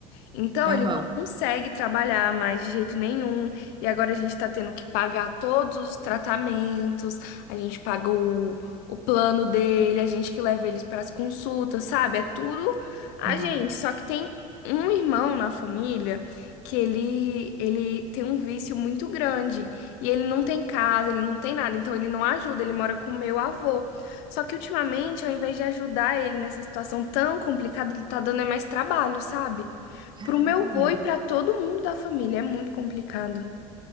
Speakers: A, on the left; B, on the right.
A: Então,
B: aham,
A: ele não consegue trabalhar mais de jeito nenhum. E agora a gente tá tendo que pagar todos os tratamentos, a gente paga o, o plano dele, a gente que leva eles para as consultas, sabe? É tudo a
B: aham.
A: gente. Só que tem um irmão na família que ele, ele tem um vício muito grande. E ele não tem casa, ele não tem nada. Então, ele não ajuda, ele mora com o meu avô. Só que ultimamente, ao invés de ajudar ele nessa situação tão complicada, ele tá dando é mais trabalho, sabe?
B: Caramba.
A: Pro meu avô e pra todo mundo da família. É muito complicado.